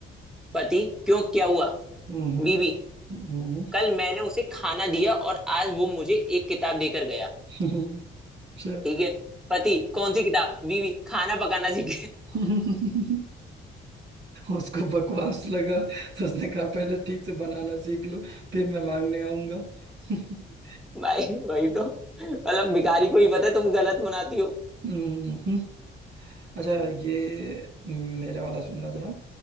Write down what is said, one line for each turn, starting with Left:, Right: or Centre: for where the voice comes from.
Centre: पति क्यों क्या हुआ
Right: हम्म हम्म,
Centre: बीवी
Right: हम्म,
Centre: कल मैंने उसे खाना दिया और आज वो मुझे एक किताब देकर गया
Right: हम्म, <laughs> चल,
Centre: ठीक है पति कौन सी किताब बीवी खाना पकाना सीखे
Right: <laughs> उसको बकवास लगा तो उसने कहा पहले ठीक से बनाना सीख लो फिर मैं मांगने आऊंगा <laughs>
Centre: <laughs> भाई वही तो मतलब भिखारी को ही पता है तुम गलत बनाती हो
Right: हम्म, अच्छा ये मेरा वाला सुनना जरा